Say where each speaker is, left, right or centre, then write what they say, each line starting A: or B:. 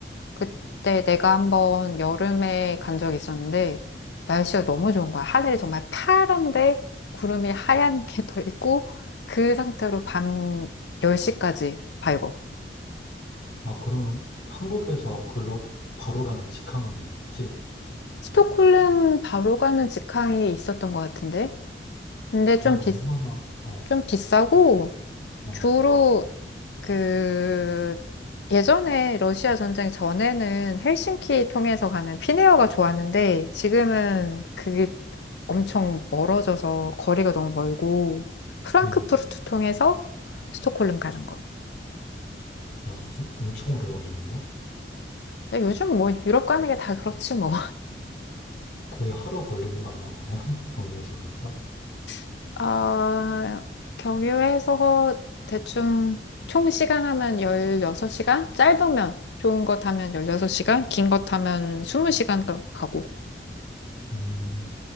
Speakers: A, on the left; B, on the left.
A: 그때 내가 한번 여름에 간 적이 있었는데 날씨가 너무 좋은 거야. 하늘이 정말 파란데 구름이 하얀 게 떠 있고 그 상태로 밤 10시까지 밝고
B: 아, 그럼 한국에서 글로 바로 가는 직항은 있지?
A: 스톡홀름 바로 가는 직항이 있었던 것 같은데 근데
B: 그한
A: 좀
B: 얼마나,
A: 비,
B: 어,
A: 좀 비싸고
B: 어,
A: 주로 그 예전에 러시아 전쟁 전에는 헬싱키 통해서 가는 피네어가 좋았는데 지금은 그게 엄청 멀어져서 거리가 너무 멀고 프랑크푸르트
B: 음.
A: 통해서 스톡홀름 가는 거.
B: 아, 좀 엄청 오래 걸리겠네?
A: 근데 요즘 뭐 유럽 가는 게 다 그렇지 뭐.
B: 거의 하루 걸리는 거 아니야, 그러면? <laughs> 경유해서 가니까?
A: <laughs> 아, 경유해서 대충 총 시간 하면 16시간? 짧으면 좋은 거 타면 16시간, 긴 거 타면 20시간 가고.
B: 음,